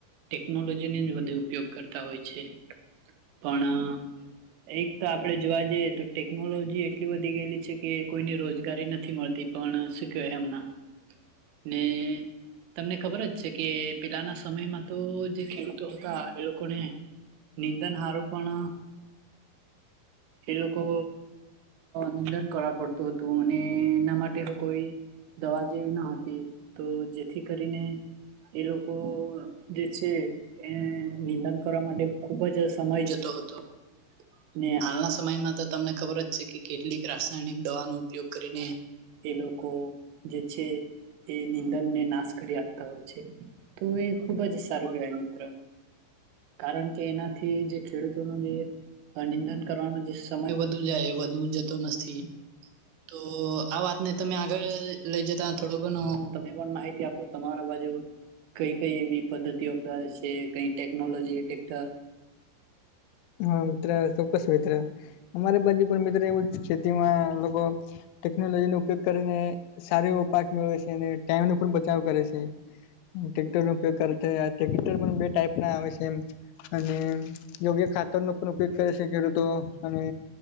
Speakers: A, on the right; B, on the left.
A: ટેકનોલોજી જ વધુ ઉપયોગ કરતા હોય છે. પણ એક તો આપડે જોવા જઈએ તો ટેકનોલોજી એટલી વધી ગયેલી છે કે કોઈને રોજગારી નથી મળતી પણ શું કહેવાય એમના
B: <inaudible>
A: ને તમને ખબર જ છે કે પેલાના સમયમાં તો જે ખેડૂ તો હતા એ લોકોને નિંદન હારું પણ એ લોકો નિંદન કરવા પડતું હતું અને એના માટે કોઈ દવા જેવી ન હતી તો જેથી કરીને એ લોકો લોકો જે છે એ નિંદન કરવા માટે ખુબ જ સમય જતો હતો ને હાલના સમયમાં તો તમને ખબર જ છે કે કેટલીક રાસાયણિક દવાનો ઉપયોગ કરીને એ લોકો જે છે. એ નીંદન ને નાશ કરી આપતા હોય છે તો એ ખુબ જ સારું કેહેવાય મિત્ર કારણ કે એનાથી જે ખેડૂતો ન જે નિંદન કરવાનો જે સમય વધુ જાય વધુ જતો નથી તો આ વાતને તમે આગળ લઈ જતા થોડું ઘણું તમે પણ માહિતી આપો તમારા બાજુ કઈ કઈ એવી પદ્ધતિ અપનાવે છે કઈ ટેકનોલોજી્ટર
B: હા મિત્ર ચોક્કસ મિત્ર અમારી બાજુ પણ મિત્ર એવું જ ખેતીમાં લોકો ટેકનોલોજીનો ઉપયોગ કરીને સારો એવો પાક મેળવે છે અને ટાઈમનો પણ બચાવ કરે છે. ટ્રેક્ટર નો ઉપયોગ કરે્રેક્ટર પણ બે ટાઈપ ના આવે છે એમ અને યોગ્ય ખાત <inaudible> ઉપયોગ કરે છે ખેડૂતો અને